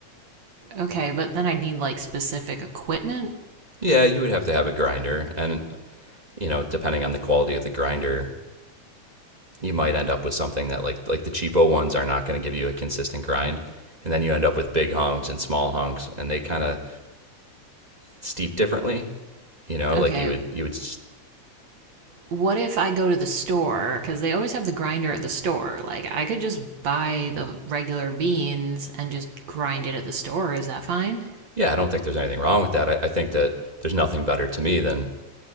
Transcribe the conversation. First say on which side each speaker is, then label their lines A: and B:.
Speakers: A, on the right; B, on the right.
A: okay, but then I'd need like specific equipment.
B: Yeah, you would have to have a grinder, and you know, depending on the quality of the grinder, you might end up with something that like like the cheapo ones are not going to give you a consistent grind, and then you end up with big hunks and small hunks, and they kind of steep differently. You know,
A: Okay,
B: like you would you would
A: what if I go to the store? Because they always have the grinder at the store. Like, I could just buy the regular beans and just grind it at the store. Is that fine?
B: yeah, I don't think there's anything wrong with that. I, I think that there's nothing better to me than